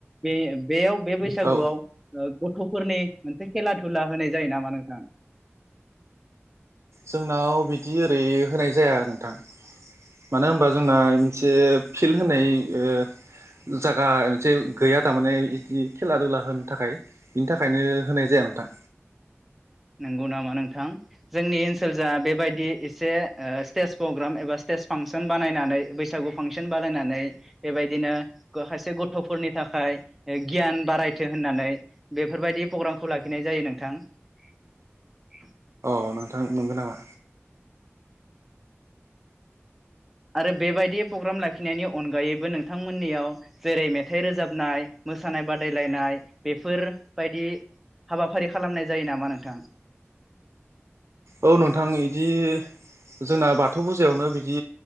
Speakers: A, in the centre; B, on the right.
A: बे बेयाव बे बैसागोआव
B: औ
A: गथ'फोरनि मोनसे खेला थुला होनाय जायो नामा नों थां
B: जोंनाव बिदि ओरै होनाय जाया नोंथां मानो होमबा जोंना मोनसे फिल्ड होनाय ओ जागा मोनसे गैया थारमाने बिदि खेला दुला होनो थाखाय बिनि थाखायनो होनाय जाया नोंथां।
A: नोंगौ नामा नोंथां जोंनि ओनसोल जा बेबायदि एसे ओ स्टेज प्रग्राम एबा स्टेज फांसन बानायनानै बैसागु फांसन बानायनानै बेबायदिनो खायसे गथ'फोरनि थाखाय गियान बारायथो होननानै बेफोरबायदि प्रग्रामखौ लाखिनाय जायो नोंथां। <inaudible>
B: औ नोंथां नोंगो नामा?
A: आरो बेबायदि प्रग्राम लाखिनायनि अनगायैबो नोंथांमोननियाव जेरै मेथाइ रोजाबनाय मोसानाय बादायलायनाय बेफोर बायदि हाबाफारि खालामनाय जायो नामा नोंथां?
B: औ नोंथां इदि जोंना बाथौ फुजायावनो बिदि